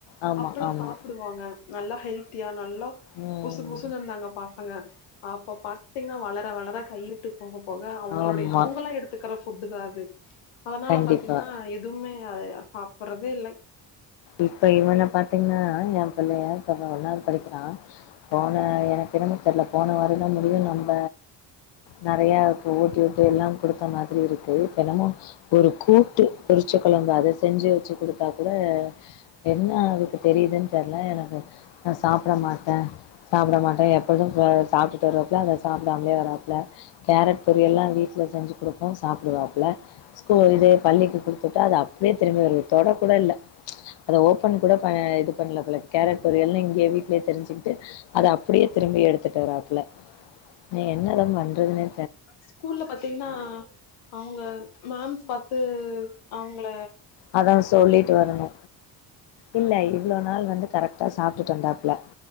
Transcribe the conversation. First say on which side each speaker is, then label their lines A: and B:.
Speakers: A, on the left; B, on the left.
A: ஆமா,
B: அப்பல்லா
A: ஆமா.
B: சாப்டு வாங்க நல்லா ஹெல்த்தியா நல்லா
A: ம்.
B: புசு புசுன்னு இர்ந்தாங்க பசங்க அப்ப பாத்தீங்கன்னா வளர வளர கைவுட்டு போக போக அவுங்களுடைய
A: ஆமா.
B: அவுங்களா எடுத் த்துக்கற ஃபுட்டு் தா அது அதனால
A: கண்டிப்பா.
B: பாத்தீங்கன்னா எதுவுமே அ சாப்டறதில்லே
A: இப்ப இவென பாத்தீங்கன்னா எ புள்ளய இப்பதா ஒன்னாது படிக்கிறா போன எனக்கு என்னமோ தெர்ல போன வாரோ தா முடியு நம்ப நெறய இப்ப ஊட்டி வுட்டு எல்லா குடுத்த மாதிரி இருக்கு இப்பென்னமொ ஒரு கூட்டு பொருச்சக்கொழம்பு அத செஞ்சு வச்சு குடுத்தா கூட என்னா அதுக்கு தெரியுதுன்னு தெரியல எனக்கு நா சாப்ட மாட்டே சாப்ட மாட்டே எப்போது சாப்ட்டுட்டு வருவாப்ல அத சாப்டாமலே வருவாப்ல கேரட் பொரியெல்லா வீட்ல செஞ்சு குடுப்போ சாப்டுவாப்ல ஸ்கூல் இதயே பள்ளிக்கி குடுத்துவிட்டா அது அப்டியே திரும்பி வருது தொட கூட இல்ல அத ஓப்பன் கூட பண இது பண்ணல போல கேரட் பொரியல்னு இங்கயே வீட்லே தெரிஞ்சுகிட்டு அத அப்டியே திரும்பி எடுத்துட்டு வராப்ல நா என்னதா பண்றதுன்னே
B: ஸ்கூல்ல பாத்தீங்கனா அவுங்க மேம் பாத்து அவுங்கள
A: அதா சொல்லிட்டு வரணு இல்ல இவ்ளோ நாள் வந்து கரெக்டா சாப்ட்டுட்டு வந்தாப்ல